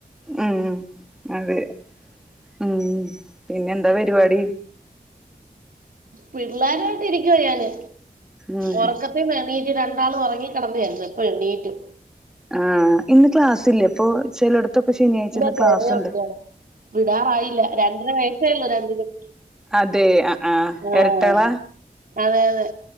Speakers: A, in the centre; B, on the right.
A: ഉം അതെ ഉം പിന്നെ എന്താ പരിപാടി
B: പിള്ളേരുമായിട്ട് ഇരിക്കുവ ഞാന്
A: ഉം
B: ഉറക്കത്തി എണീ റ്റ് രണ്ടാളും ഉറങ്ങി കിടന്നായിരുന്നു ഇപ്പോ എണീറ്റു
A: ആഹ് ഇന്ന് ക്ലാസ് ഇല്ലേ അപ്പൊ ചിലയിടത്തൊക്കെ ശനിയാഴ്ച
B: ഇല്ല
A: ഇന്ന് ക്ലാസ്ണ്ട്
B: ചെറിയ കുട്ടികളാ വിടാറായില്ല രണ്ടര വയസ്സായില്ലോ രണ്ടിനും
A: അതെ ആഹ് ആഹ്
B: ആഹ്
A: ഇരട്ടകള
B: അതെ അതെ